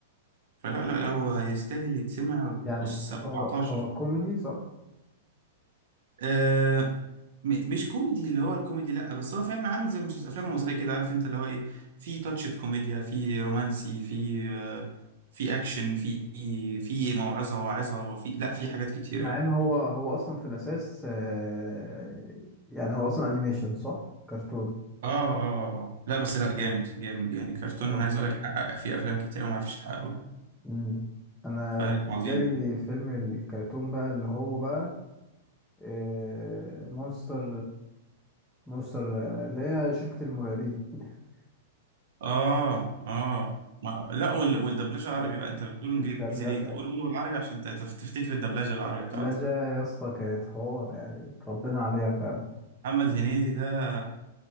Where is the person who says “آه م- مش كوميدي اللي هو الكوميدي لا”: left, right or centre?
Right